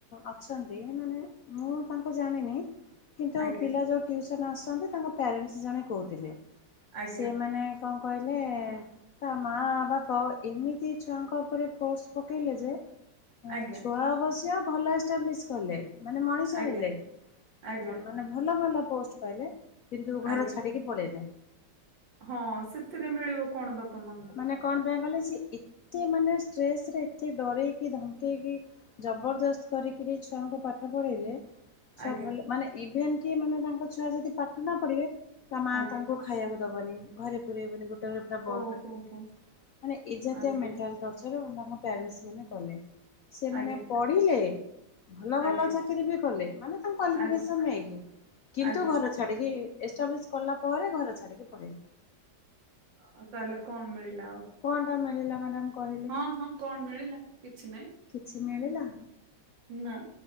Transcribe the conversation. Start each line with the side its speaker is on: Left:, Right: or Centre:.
Left: ଅଛନ୍ତି। ମାନେ ମୁଁ ତାଙ୍କୁ ଜାଣିନି। କିନ୍ତୁ
Right: ଆଜ୍ଞା
Left: ପିଲା ଯୋଉ ଟିଉସନ୍ ଆସନ୍ତି ତାଙ୍କ ପ୍ୟାରେଣ୍ଟସ୍ ଜଣେ କୋହୁଥିଲେ
Right: ଆଜ୍ଞା
Left: ସିଏ ମାନେ କଁ କହିଲେ। ତା ମାଆ ବାପ ଏମିତି ଛୁଆଙ୍କ ଉପରେ ଫୋର୍ସ ପକେଇଲେ ଯେ ଏଁ
Right: ଆଜ୍ଞା
Left: ଛୁଆ ଅବଶ୍ୟ ଭଲ ଏଷ୍ଟାବ୍ଲିସ୍ କଲେ ମାନେ ମଣିଷ
Right: ଆଜ୍ଞା
Left: ହେଲେ
Right: ଆଜ୍ଞା
Left: ଏଁ ମାନେ ଭଲ ଭଲ ପୋଷ୍ଟ ପାଇଲେ କିନ୍ତୁ ଘର
Right: ଆଜ୍ଞା
Left: ଛାଡିକି ପଳେଇଲେ।
Right: ହଁ ସେଥିରେ ମିଳିବ କଣ ବାପା ମାଆଙ୍କୁ।
Left: ମାନେ କଣ ପାଇଁ କହିଲେ ସିଏ ଏତେ ମାନେ ଷ୍ଟ୍ରେସ ରେ ଏତେ ଡ଼ରେଇକି ଧମକେଇକି। ଜବରଦସ୍ତ କରିକିରି ଛୁଆଙ୍କୁ ପାଠ ପଢେଇଲେ। ଛୁଆ
Right: ଆଜ୍ଞା
Left: ଭଲ ମାନେ ଇଭେନ୍ କି ମାନେ ତାଙ୍କ ଛୁଆ ଯଦି ପାଠ ନ ପଢିବେ ତା ମା
Right: ଆଜ୍ଞା
Left: ତାଙ୍କୁ ଖାଇବାକୁ ଦବନି ଘରେ ପୁରେଇବନି ଗୋଟେ ଘରେ ପୁରା ବନ୍ଦ
Right: ଓହୋ
Left: କରିକି ରଖିବ
Right: ହୋ
Left: ମାନେ ଏଜାତୀୟ
Right: ଆଜ୍ଞା
Left: ମେଣ୍ଟାଲ ଟର୍ଚର୍ ନା ମୋ ପ୍ୟାରେଣ୍ଟସ ମାନେ କଲେ ସେମାନେ
Right: ଆଜ୍ଞା
Left: ପଢ଼ିଲେ। ଭଲ ଭଲ
Right: ଆଜ୍ଞା
Left: ଚାକିରି ବି କଲେ ମାନେ ତାଙ୍କ କ୍ୟାଲିଫକେସନ୍
Right: ଆଜ୍ଞା
Left: ନେଇକୀ କିନ୍ତୁ
Right: ଆଜ୍ଞା
Left: ଘର ଛାଡିକି ଏଷ୍ଟାବ୍ଲିସ୍ କଲା ପରେ ଘରେ ଛାଡିକି ପଳେଇଲେ।
Right: ଆଉ ତାହେଲେ କଣ ମିଳିଲା ଆଉ।
Left: କଁ ଟା ମିଳିଲା ମାଡାମ୍ କହି
Right: ହଁ ହଁ କଣ ମିଳିଲା କିଛି ନାଇଁ।
Left: କିଛି ମିଳିଲା।
Right: ନାଁ।